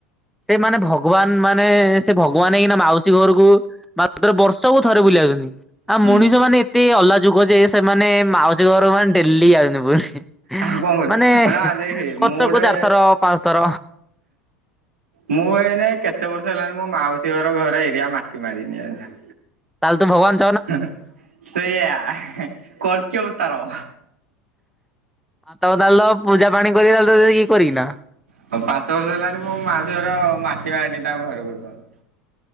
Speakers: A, in the centre; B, on the right (about 80°).
A: ସେ ମାନେ ଭଗବାନ ମାନେ ସେ ଭଗବାନ ହେଇକିନା ମାଉସୀ ଘରୁକୁ ମାତ୍ର ବର୍ଷ କୁ ଥରେ ବୁଲି ଆଉଛନି। ଆଉ
B: ହୁଁ
A: ମଣିଷ ମାନେ ଏତେ ଅଲାଯୁକ ଯେ, ସେମାନେ ମାଉସୀ ଘରକୁ ମାନେ ଡେଲି <unintelligible> ବୁଲି।
B: ଆଉ କଣ କରୁ?
A: ମାନେ
B: ଅନା ଦେଖେ
A: ବର୍ଷକୁ
B: ମୁଁ ଗୋଟେ
A: ଚାରିଥର ପାଞ୍ଚ ଥର
B: ମୁଁ, ଏଇ ନାଇଁ କେତେ ବର୍ଷ ହେଲାଣି, ମୋ ମାଉସୀ ଘର ଘର ଏରିଆ ମାଟି ମାଡିନି ଆନ୍ଥା।
A: ତାହେଲେ ତୁ ଭଗବାନ୍
B: ହୁଁ ହୁଁ, ସେଇଆ କଳ୍କୀ ଅବତାର।
A: ତାଲ ତ ପୂଜା ପାଣି କରିକି <unintelligible> କରିକିନା।
B: ହଉ ପାଞ୍ଚ ବର୍ଷ ହେଲାଣି ମୋ ମାଉସୀ ଘର ମାଟି ମାଟିମାଡ଼ିନି ତାଙ୍କ ଘରକୁ ଟଟାଲ୍।